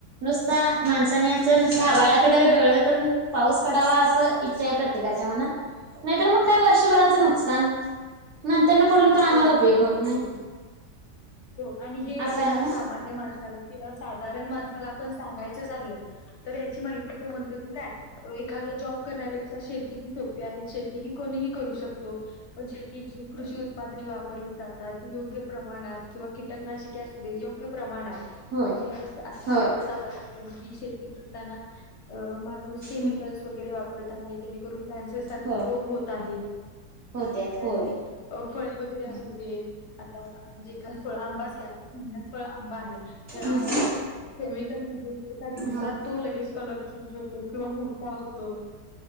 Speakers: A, on the right; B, on the left.
A: नुसता माणसानी असं नुसता आभाळाकडे डोळे करून पाऊस पडावा असं इच्छा आहे प्रत्येका नाही तर मग काय वर्षभराचं नुकसान त्यांना पडून पण आम्हाला
B: हो
A: उपयोग
B: अगदी
A: होत
B: बरोबर.
A: नाही.
B: हो आणि हे
A: असं
B: एका
A: आहे ना
B: सामान्य माणसाला किंवा साधारण माणसाला पण सांगायचे झालं तर याची माहिती तो म्हणतो की काय एखादा जॉब करण्याेक्षा शेती सोपी आहे, शेती कोणीही करू शकतो पण शेती जी कृषी उत्पादने वापरली जातात जी योग्य प्रमाणात किंवा कीटकनाशके असू दे योग्य प्रमाणात
A: होय
B: म्हणजे अस आता
A: होय
B: बघत आहात आपण की शेती करताना अ मान नुस केमिकल
A: हम्म
B: वगैरे वापरत आहेत जेणेकरून, कॅन्सर सारखे
A: होय
B: रोग होत आहेत
A: होत्यात होय
B: आणि अ फळे वगैरे असू
A: हम्म
B: दे, आता म्हणजे एखाद फळ आंबाच घ्या, आता सीझनल फळ आंबा आहे.
A: हम्म
B: आंबा जर तुम्ही केमिकल मधून एका दिवसात
A: हो
B: तो लगेच कलर चेंज होतो किंवा मोठा होतो.